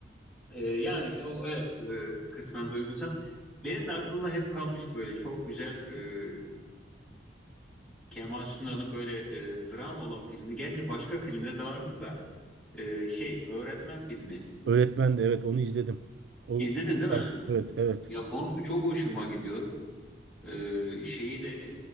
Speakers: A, in the centre; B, on the right.
A: E, yani o, evet e, kısmen duygusal. Benim de aklımda hep kalmış böyle çok güzel e, Kemal Sunal'ın böyle e, dram olan filmi, gerçi başka filmde de vardı da e, şey öğretmen filmi.
B: Öğretmen de evet onu izledim. O
A: İzledin değil mi?
B: evet, evet.
A: Ya konusu çok hoşuma gidiyor. E, şeyi de